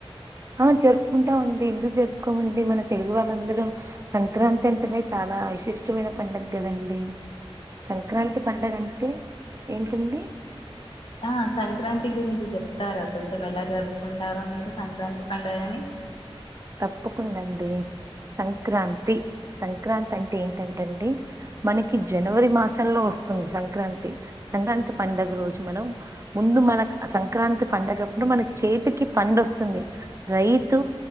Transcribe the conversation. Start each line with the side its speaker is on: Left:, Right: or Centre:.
Right: ఆ జరుపుకుంటామండి ఎందుకు జరుపుకోమండి మన తెలుగు వాళ్ళందరం సంక్రాంతి అంటేనే చాలా విశిష్టమైన పండగ కదండి సంక్రాంతి పండగ అంటే ఏంటండి
Left: ఆ సంక్రాంతి గురించి చెప్తారా కొంచెం ఎలా జరుపుకుంటారో మీరు సంక్రాంతి పండగని
Right: తప్పకుండాండి సంక్రాంతి సంక్రాంతి అంటే ఏంటంటండి మనకి జనవరి మాసంలో వస్తుంది సంక్రాంతి సంక్రాంతి పండుగ రోజు మనం ముందు మనకు సంక్రాంతి పండగప్పుడు మనకి చేతికి పండోస్తుంది రైతు